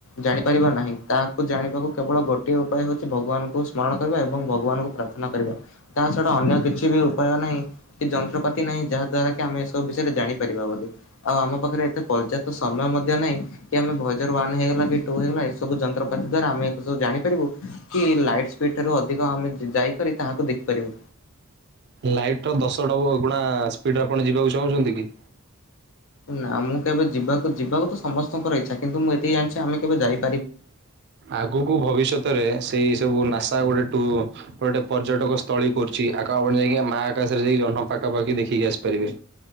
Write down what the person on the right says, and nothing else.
ଲାଇଟ ର ଦଶ ଡବଲ ଗୁଣା ସ୍ପିଡରେ ଆପଣ ଯିବାକୁ ଚାହୁଁଛନ୍ତି କି?
ଆଗକୁ ଭବିଷ୍ୟତରେ ସେ ଏଇ ସବୁ, ନାସା ଗୋଟେ ଟୂ, ଗୋଟେ ପର୍ଯ୍ୟଟକ ସ୍ଥଳୀ କରୁଚି। ଆକା ଆପଣ ଯାଇକି ନା ମାଆ ଆକାଶରେ ଯାଇକି ଜହ୍ନ ପାଖାପାଖି ଦେଖିକି ଆସିପାରିବେ।